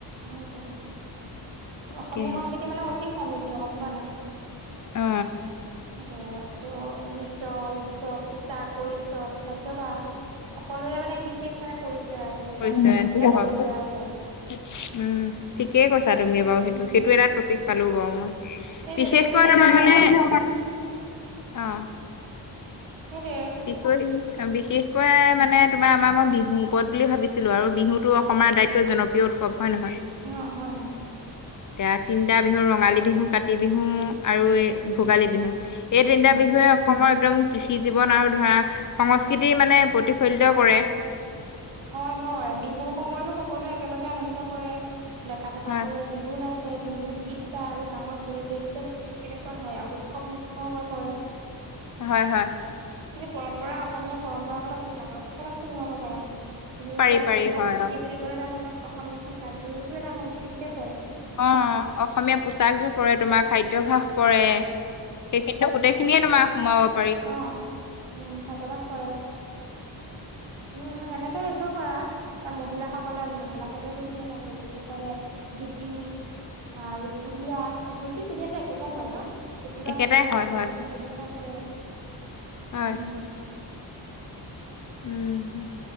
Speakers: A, on the right; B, on the left.
A: হয়টো
B: তাকেহে
A: অসমীয়া সংস্কৃতি, মানে অতি সমৃদ্ধ গম পোৱা নাই।
B: অ
A: এ আৰু এইটো নৃত্য চব পোচাক পৰিচ্দ খাদ্যযভাস সকলোৰে মানে বিশেষ মানে পৰিচয় আছে। নিজা
B: উম
A: নিজা সুকীয়া পৰিচয় আছে
B: কৰিছে ঠিকেই কৈছা তুমি বাৰু সেইটো
A: উম
B: সেইটো এটা পালো বাৰু মই
A: সেইটোৱে
B: বিশেষকৈ
A: তুমি এইটো লিখিব
B: আমাৰ
A: পাৰা
B: মানে অ-
A: সেই দে
B: বিশষ বিশেষকৈ মানে তোমাৰ আমাৰ মই বিহু ওপৰত বুলি ভাবিছিলো আৰু বিহুটো অসমৰ আটাইতকৈ জনপ্ৰিয়। জাতীয় উৎসৱ, হয় নহয়।
A: অ হয় হয়।
B: এতিয়া তিনিটা বিহু ৰঙালী, বিহু কাতি, বিহু আৰু এই ভোগালী, বিহু। এই তিনিটা
A: উম
B: বিহুৱে অসমৰ একদম কৃষি জীৱ। জীৱন আৰু ধৰা সংস্কৃতি মানে প্ৰতিফলিত কৰে।
A: হয় হয় বিহুৰ সময়তো সকলোৱে একেলগে আনন্দ কৰে ডেকা গাভৰুৱে।
B: হয়
A: বিহু নাচে বিহু গীত গায়। আৰু গাঁৱৰ পৰিৱেশ যেন- কেনেকুৱা হয় আৰু উৎসৱ মুখ হৈ পৰে।
B: হয় হয়।
A: তুমি পৰম্পৰা অসমীয়া পৰম্পৰাগত পোছাকৰ কথাও তাত সোমোৱাব পাৰা। তুমি
B: পাৰি
A: এতিয়া
B: পাৰি
A: সংস্কৃতি
B: হয় অ
A: বুলি ক'লে তাত আমাৰ অসমীয়া পোছাক জুোৰোতো এটা সংস্কৃতিতে পৰে।
B: অ অসমীয়া পোচাকযোৰ পৰে তোমাৰ খাদ্যভাস পৰে। সেইখিনিত গোইখিনিয়ে তোমাৰ সোমাৱ-
A: অ উম খাদ্যবাস কৰে উম উম এনে ৰাখিব পাৰা ত মহিলাসকলে মেখেলা চাদৰ, পিন্ধে বা পুৰুষসকলে ধুতি, আৰু চুৰিয়া, দুতি, চুৰিয়াতটো একেটাই হয় ন জুতি, বা
B: একেটাই
A: চৰিয়া,
B: হয়
A: বা
B: হয়
A: গামোচা, ব্যৱহাৰ কৰে।
B: হয়
A: উম
B: উম